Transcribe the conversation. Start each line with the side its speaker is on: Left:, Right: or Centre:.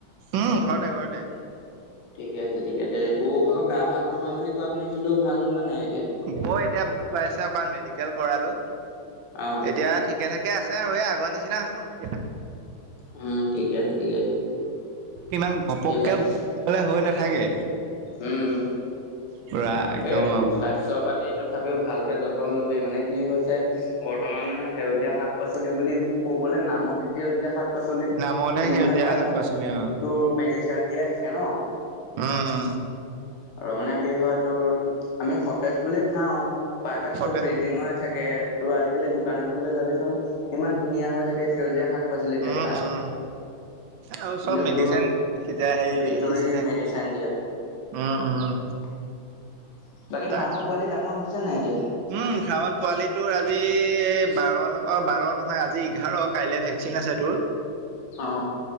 Right: উম ঘৰতে ঘৰতে
Left: ঠিকে আছে ঠিক আছে বৌ ভাগৰ গা ভাল নহয় বুলি কোৱা শুনিছিলো ভাল হ'ল নে নাই এতিয়া?
Right: বৌ এতিয়া ভাল পাইছে অকণ মেডিকেল কৰালো
Left: অ
Right: এতিয়া তেনেকে আছে আৰু এই আগৰ নিচিনা হ'ব নেকি আকৌ
Left: উম ঠিকে আছে ঠিকে আছে
Right: ইমান ঘপকে
Left: এইবিলাক
Right: হৈ নাথাকে
Left: উম
Right: পুৰা একদম
Left: সেইয়ে
Right: আৰু
Left: স্বাস্থ্য পাত তথাপিও ভালকে যতন লবি মানে কি হৈছে বৰ্তমান মানে সেউজীয়া শাক পাচলি বুলি ক'বলৈ নামতহে সেউজীয়া শাক শাক পাচলি
Right: নামতহে
Left: কিন্তু
Right: সেউজীয়া
Left: মানে প্ৰায়ভাগ
Right: শাক পাচলি অ
Left: তোৰ মেডিচিন দিয়াই থাকে ন
Right: উম উম
Left: আৰু মানে কি হয় তোৰ আমি সতেজ বুলি খাওঁ প্ৰায়ভাগ
Right: সতে
Left: তো ফ্ৰিজিঙই থাকে তোৰ আজিকালি দোকান এখন লৈ যাবিচোন ইমান ধুনীয়া হৈ থাকে সেউজীয়া শাক পচলি দেখাত
Right: উম উম আৰু
Left: কিন্তু
Right: চব মেডিচিন
Left: তোৰ
Right: সিজাই হেৰি
Left: ভিতৰি
Right: সিঁচি থাকে
Left: মেডিচাইন দিয়া
Right: উম
Left: <inaudible>
Right: উম
Left: বাকী
Right: তাক
Left: ফাৰ্মৰ পোৱালি ডাঙৰ হৈছে নাই এতিয়া
Right: উম <unintelligible> পোৱালিটোৰ আজি বাৰত অ বাৰ নহয় আজি এঘাৰ কাইলৈ ভেকচিন আছে তোৰ
Left: অ